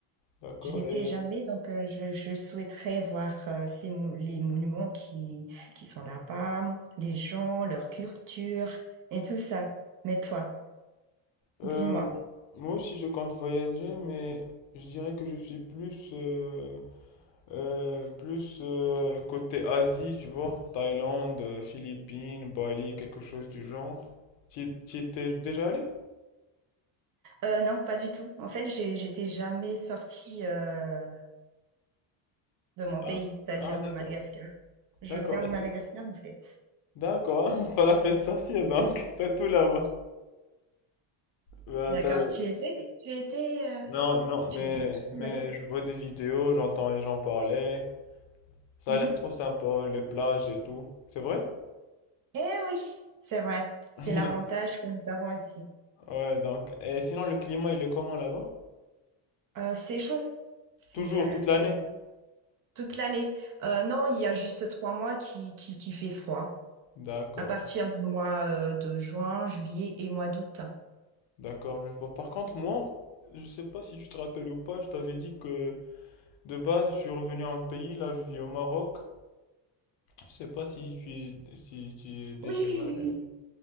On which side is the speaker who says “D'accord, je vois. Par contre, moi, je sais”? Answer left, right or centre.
Left